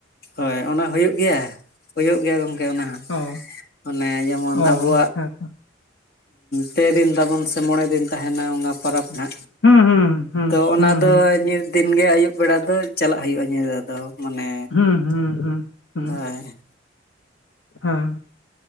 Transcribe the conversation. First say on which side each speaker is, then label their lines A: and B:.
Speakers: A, on the left; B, on the left.
A: ᱦᱳᱹᱭ ᱚᱱᱟ ᱦᱳᱭᱳᱜ ᱜᱮᱭᱟ ᱦᱳᱭᱳᱜ ᱜᱮᱭᱟ ᱜᱚᱝᱠᱮ ᱚᱱᱟ ᱦᱚᱸ᱾
B: ᱚ
A: ᱚᱱᱮ ᱡᱮᱢᱚᱱ
B: ᱚ
A: ᱟᱵᱚᱣᱟᱼᱜ
B: ᱦᱮᱸᱛᱚ
A: ᱯᱮ ᱛᱟᱵᱚᱱ ᱥᱮ ᱢᱚᱬᱮ ᱫᱤᱱ ᱛᱟᱦᱮ ᱱᱟ ᱯᱚᱨᱟᱵᱽ ᱦᱟ
B: ᱦᱩᱸ ᱦᱩᱸ᱾
A: ᱛᱚ ᱚᱱᱟ
B: ᱦᱩᱸ
A: ᱫᱚ
B: ᱦᱩᱸ
A: ᱱᱤᱫ ᱫᱤᱱ ᱜᱮ ᱟᱹᱭᱩᱵ ᱵᱮᱲᱟ ᱫᱚ ᱪᱟᱞᱟᱜ ᱦᱩᱭᱩᱜᱼᱟ᱾ ᱧᱤᱫᱟᱹ ᱫᱚ ᱢᱟᱱᱮ᱾
B: ᱦᱩᱸ ᱦᱩᱸ ᱦᱩᱸ᱾ ᱦᱩᱸ
A: ᱦᱳᱭ
B: ᱦᱮᱸ